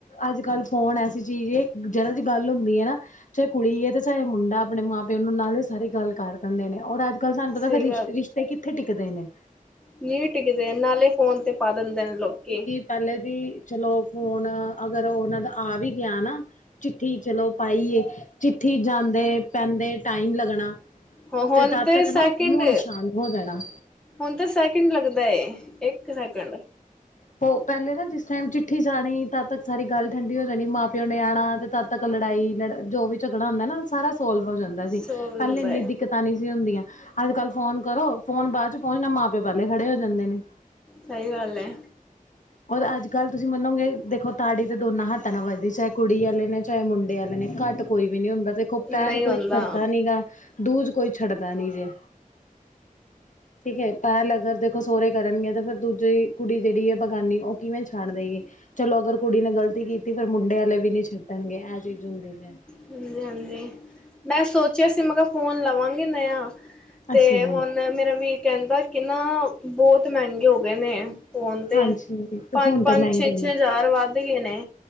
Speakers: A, on the left; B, in the centre.
A: ਅੱਜ ਕੱਲ ਫੋਨ ਐਸੀ ਚੀਜ਼ ਏ ਜਰਾ ਜੀ ਗੱਲ ਹੁੰਦੀ ਏ ਨਾ ਚਾਏ ਕੁੜੀ ਐ ਤੇ ਚਾਏ ਮੁੰਡਾ ਅਪਣੇ ਮਾਂ ਪਿਓ ਨੂੰ ਨਾਲੇ ਸਾਰੀ ਗੱਲ ਕਰ ਦਿੰਦੇ ਨੇ ਔਰ ਅੱਜ ਕੱਲ ਤਾਨੂੰ ਪਤਾ
B: ਸਹੀ
A: ਫਿਰ ਰਿਸ਼ ਰਿਸ਼ਤੇ ਕਿੱਥੇ ਟਿਕਦੇ ਨੇ।
B: ਨੀ ਟਿਕਦੇ ਨਾਲੇ ਫੋਨ ਤੇ ਪਾ ਦਿੰਦੇ ਨੇ ਲੋਕੀ।
A: ਪੈਲੇ ਵੀ ਚਲੋ ਫੋਨ ਅਗਰ ਉਨਾਂ ਦਾ ਆ ਵੀ ਗਿਆ ਨਾ ਚਿੱਠੀ ਚਲੋ ਪਾਈ ਏ ਚਿੱਠੀ ਜਾਂਦੇ ਪੈਂਦੇ ਟਾਈਮ ਲੱਗਣਾ।
B: ਹੁਣ
A: ਤੇ ਤਦ ਤੱਕ
B: ਸੈਕਿੰਡ
A: ਨਾ ਮਹੋਲ ਸ਼ਾਂਤ ਹੋ ਜਾਣਾ।
B: ਹੁਣ ਤੇ ਸੈਕਿੰਡ ਲੱਗਦਾ ਏ ਇੱਕ ਸੈਕਿੰਡ।
A: ਹੋ ਪੈਲੇ ਨਾ ਜਿਸ ਟਾਈਮ ਚਿੱਠੀ ਜਾਣੀ ਤਦ ਤੱਕ ਸਾਰੀ ਠੰਡੀ ਹੋ ਜਾਣੀ ਮਾਂ ਪਿਓ ਨੇ ਆਣਾ ਤਦ ਤੱਕ ਲੜਾਈ ਲੜ ਜੋ ਵੀ ਝਗੜਾ ਹੁੰਦਾ ਨਾ ਸਾਰਾ ਸੋਲਵ ਹੋ ਜਾਂਦਾ
B: ਸੋ
A: ਸੀ ਪੈਲੇ
B: ਜਾਂਦਾ
A: ਐਨੀ
B: ਏ
A: ਦਿੱਕਤ ਪਤਾ ਨੀ ਸੀ ਹੁੰਦੀਆਂ, ਅੱਜ ਕੱਲ ਫੋਨ ਕਰੋ ਫੋਨ ਬਾਦ ਚ ਪਹੁੰਚਣਾ ਮਾਂ ਪਿਓ ਪੈਲੇ ਖੜੇ ਹੋ ਜਾਂਦੇ ਨੇ।
B: ਸਈ ਗੱਲ ਐ।
A: ਔਰ ਅੱਜ ਗੱਲ ਤੁਸੀਂ ਮੰਨੋਗੇ ਦੇਖੋ ਤਾੜੀ ਤੇ ਦੋਨਾਂ ਹੱਥਾਂ ਨਾਲ ਵੱਜਦੀ ਚਾਹੇ ਕੁੜੀ ਵਾਲੇ ਨੇ ਚਾਹੇ ਮੁੰਡੇ ਵਾਲੇ ਨੇ ਘੱਟ ਕੋਈ ਵੀ ਨੀ ਹੁੰਦਾ, ਦੇਖੋ
B: ਨਹੀਂ
A: ਪੈਲ ਕੋਈ
B: ਹੁੰਦਾ
A: ਕਰਦਾ ਨੀ ਗਾ ਦੂਜ ਕੋਈ ਛੱਡਦਾ ਨੀ ਜੇ। <inaudible> ਠੀਕ ਐ ਪੈਲ ਅਗਰ ਦੇਖੋ, ਸੋਰੇ ਕਰਨਗੇ ਤੇ ਫਿਰ ਦੂਜੇ ਕੁੜੀ ਜੇੜੀ ਐ ਬਗਾਨੀ ਉਹ ਕਿਵੇਂ ਛ ਛੱਡ ਦੇਗੀ ਚਲੋ ਅਗਰ ਕੁੜੀ ਨੇ ਗ਼ਲਤੀ ਕੀਤੀ ਫੇਰ ਮੁੰਡੇ ਆਲੇ ਵੀ ਨੀ ਛੱਡਣਗੇ, ਐ ਚੀਜ਼ ਹੁੰਦੀ ਜੇ।
B: ਸੀ ਗਾਲ ਏ, ਮੈਂ ਸੋਚਿਆ ਸੀ ਮੈਂ ਕਆ ਫੋਨ ਲਵਾਂਗੀ ਨਿਆ ਤੇ
A: ਅੱਛਾ ਜੀ
B: ਹੁਣ ਮੇਰਾ ਵੀਰ ਕੇਂਦਾ ਕਿ ਨਾ ਬੋਤ ਮਹੰਗੇ ਹੋ ਗੇ ਨੇ। ਫੋਨ ਤੇ
A: ਹਾਂਜੀ
B: ਪੰਜ-ਪੰਜ,
A: ਹੁਣ ਤੇ ਮਹਿੰਗੇ
B: ਛੇ-ਛੇ ਹਜ਼ਾਰ ਵੱਧ ਗਏ ਨੇ।